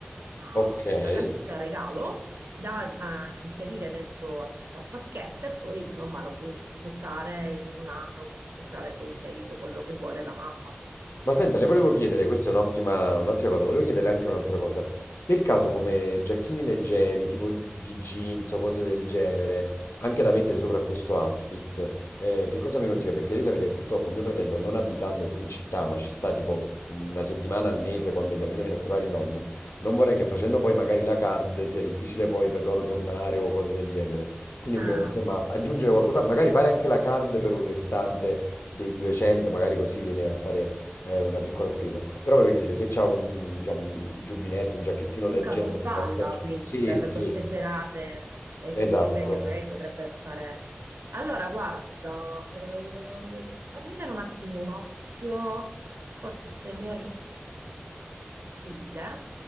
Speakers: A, on the right (about 75°); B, on the left (about 80°).
A: una,
B: okay.
A: una carta regalo da a inserire dentro appunto al pacchetto e poi insomma lo può sfruttare in un anno, può comprare poi in seguito quello che vuole la mamma.
B: Ma senta, le volevo chiedere, questa è un'ottima un'ottima cosa, volevo chiederle anche un'altra
A: Mm.
B: cosa. Per caso come giacchini leggeri, tipo di jeans o cose del genere, anche da mettere sopra questo outfit, eh, che cosa mi consiglia? Perché devi sapere, che purtroppo mio fratello, non abitando qui in città, ma ci sta tipo una settimana al mese quando il bambino viene a trovare i nonni, non vorrei che facendo poi magari la card sia difficile poi per loro tornare o cose del genere. Quindi
A: Ah,
B: volevo insomma aggiungere qualcosa, magari fare anche la card per un restante dei 200, magari così viene a fare è una piccola spesa. Però volevo chiedere se c'ha un, diciamo, un giubbinetto, un giacchettino
A: un
B: leggero
A: capospalla,
B: per la stagione.
A: quindi,
B: Sì,
A: per
B: sì,
A: queste serate estive
B: esatto.
A: che magari potrebbe fare. Allora, guarda, eh, fammi dare un attimo un occhio, forse mi aprile,